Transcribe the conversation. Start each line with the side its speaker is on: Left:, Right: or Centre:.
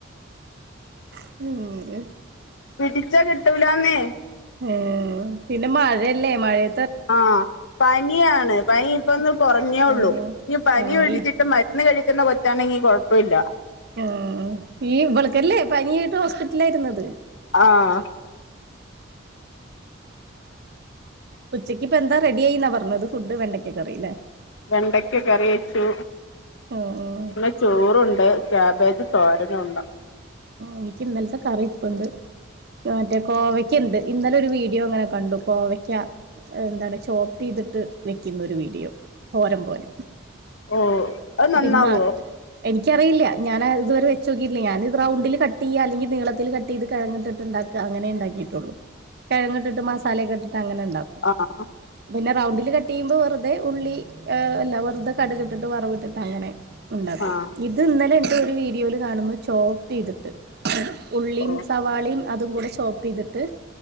Right: ഉം
Left: പിടിച്ചാ കിട്ടൂലന്നേ.
Right: ഏഹ് പിന്നെ മഴയല്ലേ മഴയ
Left: ആഹ് പനിയാണ്. പനി ഇപ്പ ഒന്ന് കുറഞ്ഞേള്ളൂ.
Right: ഉം
Left: ഇ പനി
Right: ഉം
Left: വിടിച്ചിട്ട്
Right: ഈ
Left: ഇന്ന് കഴിക്കുന്ന കൊച്ചാണെങ്കി കുഴപ്പമില്ല.
Right: ആ ഈ വിളക്കല്ലേ പനായിട്ട് ഹോസ്പിറ്റലായിരുന്നത്.
Left: ആഹ്
Right: ഉച്ചക്ക്പ്പൊ എന്താ റെഡി ആയിന്നാ പറഞ്ഞത്. ഫുഡ്ണ്ടയ്ക്കറിയില്ലേ
Left: വെണ്ടയ്ക്ക കറി വെച്ചു.
Right: ഉം ഉം
Left: പിന്നെ ചോറണ്ട് ക്യാബേജ് തോരന ഉണ്ടോ.
Right: എനിക്ക് ഇന്നലത്തെ കറി ഇരിപ്പണ്ട്. മറ്റേ കോവ ക്യ ണ്ട്. ഇന്നലെ ഒരു വീഡിയോ അങ്ങനെ കണ്ടുപ്പോയ്ക്ക എന്താണ് ചോപ്പ് ചെയ്തിട്ട് വെക്കുന്ന ഒരു വീഡിയോ. തോരം പോലെ
Left: ഓ അത് നന്നാവോ
Right: പിന്നാ എനിക്കറിയില്ല. ഞാൻ ഇതുവരെ വെ നോയില്ല. ഞാന ഇത് റണ്ടിൽ കട്ട് ചെയ്യുക. അല്ലെങ്കിൽ നീളത്തിൽ ചെയ്ത് കിഴിട്ടുണ്ടാക്കും. അങ്ങെണ്ടാക്കിയിട്ടുള്ളൂ. കഴങ്ങ ഇട്ടിട്ട് മസാലയക്കെ ഇിട്ട് അങ്ങനെ ഉണ്ടാക്കും.
Left: ആഹ്
Right: പിന്നെ റൗണ്ടില് കട്ട് ചെയ്യുമ്പോ വെറുതെ ഉള്ളി അഹ് അല്ല വെറുതെ കടുക് ഇട്ടിട്ട് വറവ് ഇട്ടി ട്ട് അങ്ങനെ ഉണ്ടാക്കും
Left: ആഹ്
Right: ഇത് ഇന്നലെ ഉണ്ട് ഒരു വീഡിയോയില് കാണുന്നു ചോപ്പെയ്തിട്ട് ഉള്ളീം
Left: ഓ
Right: സവാളേം അതും കൂടെ ചോപ്പെയ്തിട്ട്